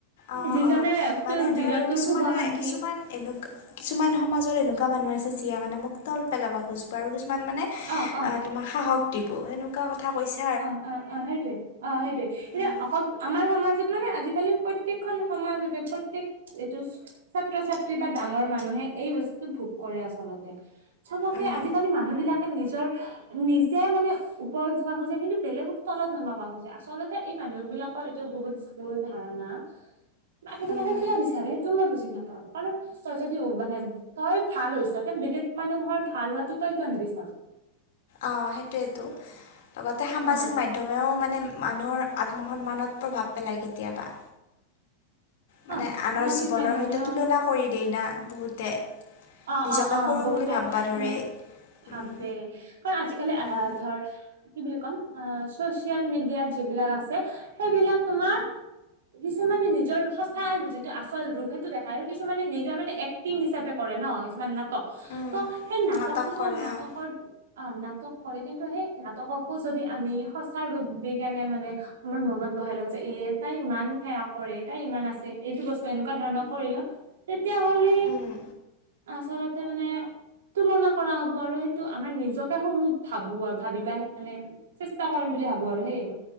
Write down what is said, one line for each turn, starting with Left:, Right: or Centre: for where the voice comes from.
Left: অঁ-অঁ
Right: যিজনে
Left: মানে
Right: তোৰ যিজন
Left: ধৰ
Right: তোৰ
Left: কিছুমানে
Right: শুভাকাংক্ষী
Left: কিছুমান এনেকুৱা কিছুমান সমাজত এনেকুৱা মানুহ আছে যিয়ে মানে মোক তল পেলাব খুজিব আৰু কিছুমান মানে
Right: অ-অ
Left: আ, তোমাক সাহস দিব সেনেকুৱা কথা কৈছে।
Right: অ-অ-অ সেইটোৱে অ, সেইটোৱে এতিয়া
Left: উম
Right: অকল আমাৰ সমাজত মানে আজিকালি প্ৰত্যেকখন সমাজতে প্ৰত্যেয়ক এইটো ছাত্ৰ-ছাত্ৰী বা ডাঙৰ মানুহে এই বস্তুটো ভোগ কৰে আচলতে। চবকে
Left: উম
Right: আজিকালি মানুহ বিলাকে নিজৰ নিজে মানে ওপৰত খোজে কিন্তু বেলেগ তলত নমাব খোজে আচলতে এই মানুহ বিলাকৰ এইটো বহুত ভুল ধাৰণা। মানুহবিলাকে
Left: উম
Right: কিয় বিচাৰে এইতো মই বুজি নাপাওঁ, কাৰণ তই যদি মানে তই ভাল হৈছ তে বেলেগ মানুহৰ ভাল হোৱাটো তই কিয় নিবিচাৰ?
Left: অঁ সেইটোৱেটো লগতে সামাজিক
Right: অ
Left: মাধ্যমেও মানে মানুহৰ আত্মসন্মানত প্ৰভাৱ পেলায় কেতিয়াবা। মানে
Right: অ
Left: আনৰ
Right: সামাজিক
Left: জীৱনৰ
Right: মাধ্যমেও
Left: সৈতে তুলনা কৰি দেই না বহুতে।
Right: অ-অ-অ
Left: নিজকে সৰু
Right: বহুতে
Left: বুলি ভাববা ধৰে
Right: এনে ভাবে।
Left: উম
Right: কাৰণ আজিকালি
Left: উম
Right: আহ ধৰ কি বুলি কম চচিয়েল মিডিয়াত যিবিলাক আছে সেইবিলাক তোমাৰ কিছুমানে নিজৰ সঁচা আৰু যিটো আচল ৰূপ সেইটো দেখাই আৰু কিছুমানে নিজৰ মানে এক্টিং হিচাপে কৰে ন কিছুমান নাটক
Left: উম
Right: ত সেই নাটক কিছুমান
Left: কৰে
Right: নাটকৰ
Left: অঁ
Right: অ নাটক কৰে কিন্তু সেই নাটককো যদি আমি সঁচা ৰূপ দি কেনে মানে আমাৰ মনত বহাই লও যে এই তাই ইমান বেয়া কৰে তাই ইমান আছে এইটো বস্তু এনেকুৱা ধৰণৰ কৰিলো তেতিয়া হ'লে
Left: উম
Right: আচলতে মানে তুলনা কৰা হ'ব আৰু সেইটো আমাৰ নিজকে সৰু ভাবো আৰু ভাবিবা মানে চেষ্টা কৰিম বুলি ভাবো আৰু সেইয়ে